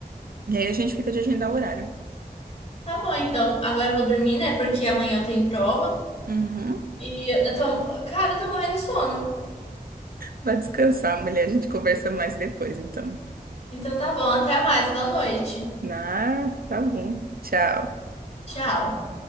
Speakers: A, on the right; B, on the left.
A: E aí a gente fica de agendar o horário.
B: Tá bom, então. Agora eu vou dormir, né? Porque amanhã eu tenho prova.
A: Uhum.
B: E eu tô... Cara, eu tô morrendo de sono.
A: Vai descansar, mulher. A gente conversa mais depois, então.
B: Então tá bom, até mais. Boa noite.
A: Ah, tá bom. Tchau.
B: Tchau.